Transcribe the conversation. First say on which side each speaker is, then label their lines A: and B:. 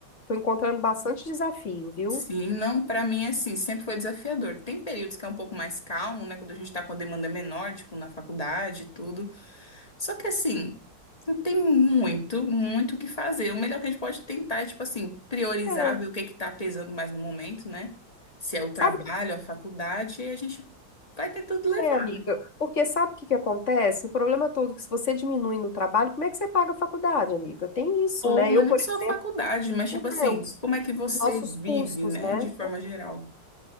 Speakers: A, on the left; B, on the left.
A: Tô encontrando bastante desafio, viu?
B: Sim, não, pra mim, assim, sempre foi desafiador. Tem períodos que é um pouco mais calmo, né? Quando a gente tá com a demanda menor, tipo, na faculdade e tudo. Só que assim, tem muito, muito o que fazer. O melhor que a gente pode tentar é, tipo assim, priorizar,
A: É.
B: ver o que que tá pesando mais no momento, né? Se é o trabalho,
A: Sabe o
B: a faculdade, e a gente vai tentando levar.
A: que é, amiga? Porque sabe o que que acontece? O problema todo é que se você diminui no trabalho, como é que você paga a faculdade, amiga? Tem isso,
B: Ou
A: né?
B: não
A: Eu,
B: é nem
A: por
B: só
A: exemplo,
B: a faculdade, mas tipo
A: meu Deus,
B: assim, como é que você
A: os nossos
B: vive,
A: custos,
B: né?
A: né?
B: De forma geral.